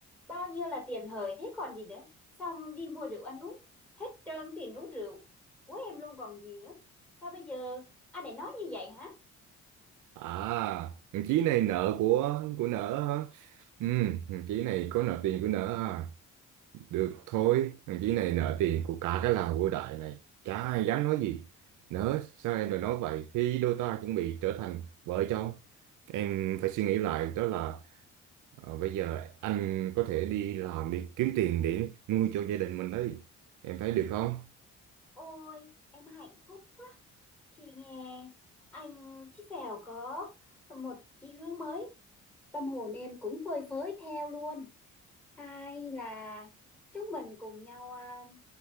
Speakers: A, in the centre; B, on the right.
A: Bao nhiêu là tiền hời thế còn gì nữa Xong đi mua rượu ăn uống Hết trơn tiền uống rượu Của em luôn còn gì nữa Sao bây giờ anh lại nói như vậy hả
B: À, thằng Chí này nợ của của nợ hả? Ừ, thằng Chí này có nợ tiền của nợ à? Được thôi, thằng Chí này nợ tiền của cả cái làng vô đại này. Chả ai dám nói gì. Nỡ, sao em lại nói vậy? Khi đôi ta chuẩn bị trở thành vợ chồng, em phải suy nghĩ lại đó là ờ, bây giờ anh có thể đi làm đi kiếm tiền để nuôi cho gia đình mình đấy. Em thấy được không?
A: Ôi em hạnh phúc quá Chị nghe anh Chí Phèo có một chí hướng mới, tâm hồn em cũng phơi phới theo luôn. Hay là chúng mình cùng nhau à,